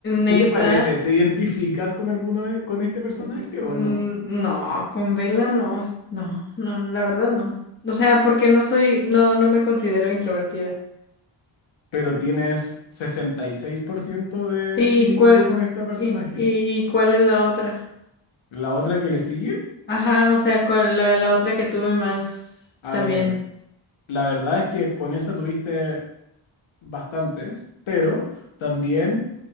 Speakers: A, on the left; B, on the left.
A: ¿Neta?
B: ¿Qué te parece? ¿Te identificas con alguno de- con este personaje
A: Ujú.
B: o
A: Mm,
B: no?
A: No, con vela no, es- no, no, la verdad no. O sea, porque no soy, no, no me considero introvertida.
B: Pero tienes 66% de
A: ¿Y
B: similitud
A: cuál,
B: con este personaje.
A: y, y, y cuál es la otra?
B: La otra que le sigue,
A: Ajá, o sea, cuál la, la otra que tuve más
B: a
A: también.
B: ver, la verdad es que con esa tuviste bastantes, pero también